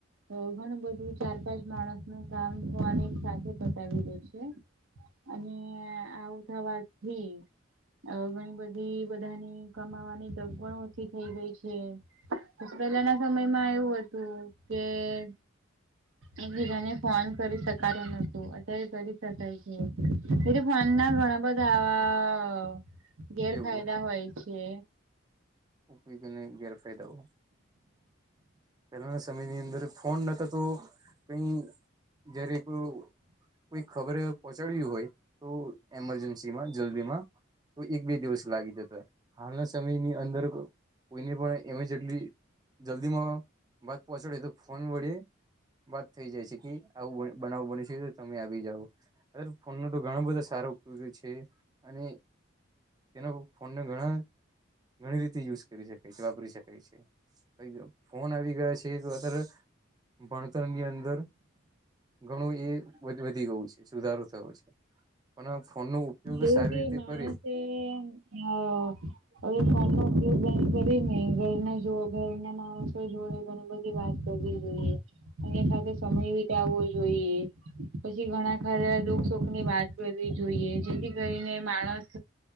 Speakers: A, on the right (about 80°); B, on the right (about 20°).
A: તો ઘણું બધું ચાર પાંચ માણસ ન કામ હું આ સાથે પતાવી દઉ છ. અને આવું થવાથી. અ ઘણી બધી બધાની કમાવાની તગ પણ થઈ ગઈ છે પછી પહેલાના સમયમાં એવું હતું કેન એકબીજાને ફોન કરી શકાય્યો નતું અત્યારે કરી થાય છે એ ફ ના ગણા બધાવા
B: ઉપયોગો
A: ગેરફાયદા હોય છે.
B: ઉપવીગને ગેરફેદઓ. પહેલાના સમયની અંદર ફોન નતા તો કઈ <unintelligible> કોઈ ખબર પહોંચાડ્યું હોય તો એમરજન્સીમાં જલ્દીમાં. તો એક બે દિવસ લાગી જતો હો હાલના સમયની અંદર કોઈને પણ એમે જેટલી જલ્દીમાં વાત પહોંચાડી તો ફોન વળે વાત થઈ જાય છે કે આવું બનાવું બને છે તો તમે આવી જાવ. અ ફોન ન તો ઘણા બધા સારો ઉપયોગ છે અને તેના ફોનને ઘણા ઘણી રીતે યુઝ કરી શકાય છે વાપરી શકાય છે. ફોન આવી ગયા છે તો અત્યારે ભણતર ની અંદર ઘણું એ વધી ગયું છે સુધારો થયો છે પણ આ ફોનનો ઉપયોગ
A: એવું
B: સારી
A: કે
B: રીતે
A: માણસે
B: કરીએ
A: હા. હવે ફોન નો ઉપયોગ કરી ને ઘર જો ઘરના માણસો જોડે. ઘણી બધી વાત કરવી જોઈએ અને સાથે સમય વિીતા આવવો જોઈએ. પછી ઘણા ખર દુઃખ સુખ ની વાત કરવી જોઈએ જેથી કરીને માણસ